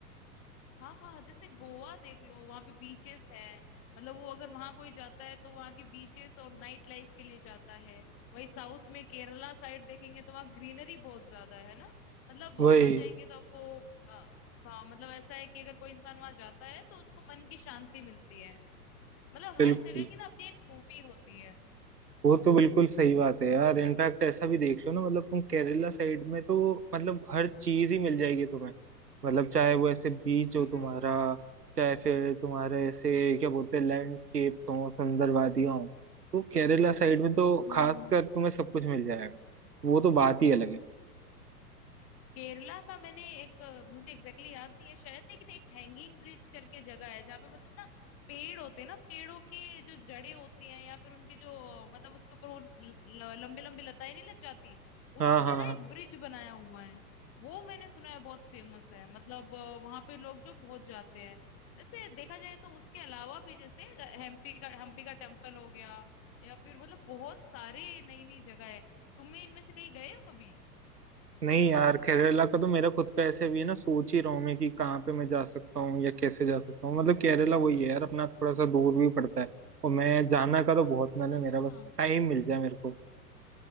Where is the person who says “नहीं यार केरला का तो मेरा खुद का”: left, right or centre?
Right